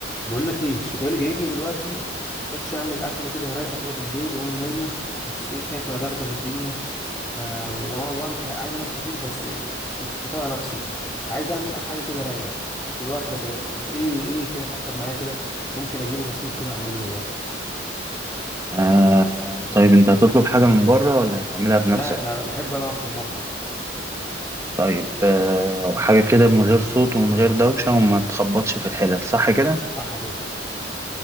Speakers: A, on the left; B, on the right.
A: بقول لك ايه الشيطان جايبني دلوقتي اخش اعمل اكله كده رايقه كده بالليل وامي نايمه بس ايه خايفه ادغدغ الدنيا ف وانا والله مش عاي- عايز انام خفيف بس مش مطوع نفسي فعايز اعمل حاجه كده رايقه في الوقت ده كده ايه ايه كده فكر معايا كده ممكن اجيبه بسيط كده اعمله دلوقتي
B: آه طيب انت هتطلب حاجة من بره ولا هتعملها بنفسك
A: لا لا لا، بحب انا اقف في المطبخ
B: طيب آه وحاجة كده من غير صوت ومن غير دوشة وما تخبطش في الحلل صح كده
A: صح كده